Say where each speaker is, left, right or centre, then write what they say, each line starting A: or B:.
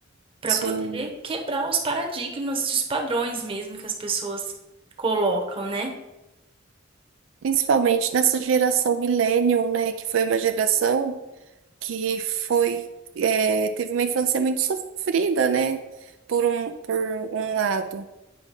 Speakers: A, on the right; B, on the right.
A: Para
B: Sim.
A: poder quebrar os paradigmas e os padrões mesmo que as pessoas colocam, né?
B: Principalmente nessa geração millennium, né, que foi uma geração que foi é, teve uma infância muito sofrida, né? Por um, por um lado.